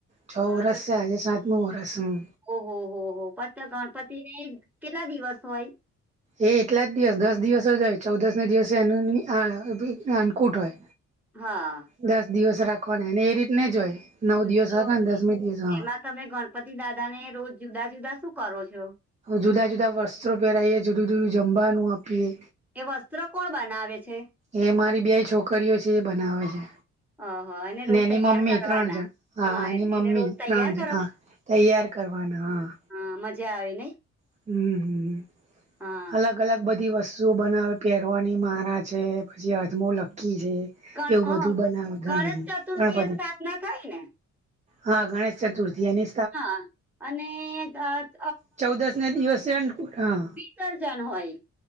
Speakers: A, on the right (about 25°); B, in the centre.
A: છ
B: હા
A: વરસ
B: તો
A: છે આજે સાતમું વરસ હું.
B: ઓહો હો હો! પછ તો ગણપતિને કેટલા દિવસ હોય?
A: એ એટલા જ દિવસ દસ દિવસ જ હોય ચૌદસ ના દિવસે એનું <unintelligible> અન્નકૂટ હોય.
B: હાં...
A: દસ દિવસ રાખવાના ને એ રીત ને જો હોય નવ
B: હમ,
A: દિવસ
B: તો
A: રાખવાના ને દસમી દિવસ હં
B: એમાં તમે ગણપતિ દાદા ને રોજ જુદા જુદા શું કરો છો?
A: જુદા જુદા વસ્ત્રો પહેરાઈએ જુદું જુદું જમવાનું આપીએ.
B: એ વસ્ત્ર કોણ બનાવે છે?
A: એ મારી બે છોકરીઓ છે એ બનાવે છે.
B: અહ એને
A: અને
B: રોજ
A: એની
B: તૈયાર
A: મમ્મી
B: કરવાના
A: ત્રણ જણ. હા, એની
B: એને
A: મમ્મી
B: એને રોજ તૈયાર
A: ત્રણ જણ હા. તૈયાર કરવાના હાં.
B: હાં, મજા આવે નઈ?
A: <unintelligible>
B: હા
A: અલગ અલગ બધી વસ શું બનાવે પહેરવાની મારા છે પછી અજમો લકી છે.
B: ગણ
A: એવું બધું બનાવે ગણપ
B: અ ગણેશ ચતુર્થી
A: ગણપતિ
B: એ સ્થાપના થાય ને
A: હા ગણેશ ચતુર્થી અને
B: હા અનેક આ
A: ચૌદસ ના દિવસે અન્નકૂટ આ
B: <unintelligible> હોય